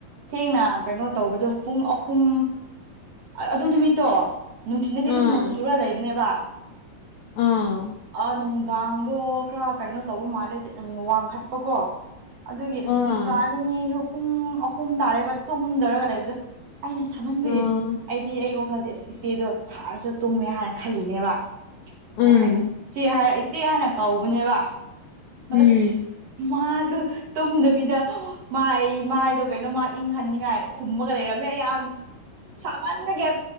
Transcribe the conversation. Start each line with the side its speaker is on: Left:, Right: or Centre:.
Right: ꯊꯦꯡꯅ ꯀꯩꯅꯣ ꯇꯧꯕꯗꯣ ꯄꯨꯡ ꯑꯍꯨꯝ, ꯑꯗꯨ ꯅꯨꯃꯤꯠꯇꯣ ꯅꯨꯡꯊꯤꯟꯗꯗꯤ
Left: ꯎꯝ
Right: ꯑꯗꯨꯝ ꯅꯣꯡ ꯆꯨꯔ ꯂꯩꯕꯅꯦꯕ
Left: ꯎꯝ
Right: ꯑ ꯅꯨꯡꯗꯥꯡꯗꯣ ꯈꯔ ꯀꯩꯅꯣ ꯇꯧꯕ ꯃꯥꯜꯂꯦ ꯋꯥꯡꯈꯠꯄꯀꯣ, ꯑꯗꯨꯒꯤ ꯑꯁ
Left: ꯎꯝ
Right: ꯅꯨꯡꯗꯥꯡ ꯑꯩꯈꯣꯏꯅꯤ ꯄꯨꯡ ꯑꯍꯨꯝ ꯇꯥꯔꯦꯕ ꯇꯨꯝꯗꯔꯒ ꯂꯩꯕꯗꯣ꯫ ꯑꯩꯅ ꯁꯃꯟꯕꯒꯤ
Left: ꯎꯝ
Right: ꯑꯩꯗꯤ ꯑꯩ ꯋꯥꯈꯜꯗꯤ ꯏꯆꯦꯗꯣ ꯁꯥꯔꯁꯨ ꯇꯨꯝꯃꯦ ꯍꯥꯏꯅ ꯈꯜꯂꯤꯅꯦꯕꯗ
Left: ꯎꯝ
Right: ꯑꯩꯅ ꯏꯦ ꯏꯆꯦ ꯍꯥꯟꯅ ꯀꯧꯕꯅꯦꯕ
Left: ꯎꯝ
Right: ꯑꯁ ꯃꯥꯁꯨ ꯇꯨꯝꯗꯕꯤꯗ ꯃꯥꯏ ꯃꯥꯏꯗꯣ ꯀꯩꯅꯣ ꯃꯥ ꯏꯪꯍꯟꯅꯤꯡꯉꯥꯏ ꯍꯨꯝꯃꯒ ꯂꯩꯔꯝꯃꯦ ꯌꯥꯝ ꯁꯃꯟꯕꯒꯤ꯫